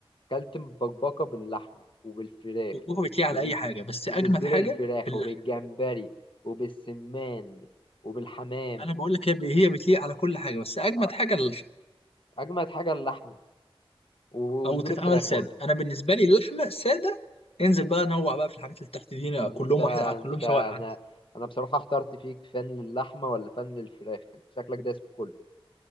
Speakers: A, on the left; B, on the left.
A: اكلت مبكبكه باللحمه وبالفراخ
B: طبخه بتليق
A: وبال...
B: على اي حاجه بس
A: وبصدور
B: اجمد حاجه
A: الفراخ
B: في اللحمه
A: وبالجمبري وبالسمان وبالحمام
B: انا بقول لك هي هي بتليق على كل حاجه بس اجمد
A: آه،
B: حاجه اللحمه
A: اجمد حاجه اللحمه وصدور
B: او تتعمل
A: الفراخ
B: ساده
A: برضه
B: انا بالنسبه لي اللحمه ساده انزل بقى نوع بقى في الحاجات اللي تحت دي كلهم
A: انت
B: واحد على كلهم
A: انت
B: سواء
A: انا
B: عندي
A: انا بصراحه احترت فيك فن للحمه ولا فن للفراخ انت شكلك دايس في كله